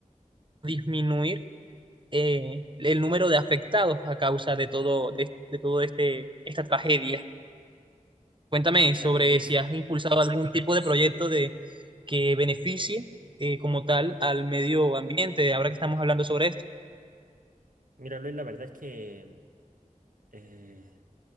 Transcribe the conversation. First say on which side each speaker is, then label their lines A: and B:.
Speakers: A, on the right (about 35°); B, on the right (about 80°).
A: disminuir eh, el número de afectados a causa de todo, de, de todo este, esta tragedia. Cuéntame
B: Exacto,
A: sobre
B: Luis.
A: si has impulsado algún tipo de proyecto de, que beneficie eh, como tal al medio ambiente, ahora que estamos hablando sobre esto.
B: Mira, Luis, la verdad es que Eh,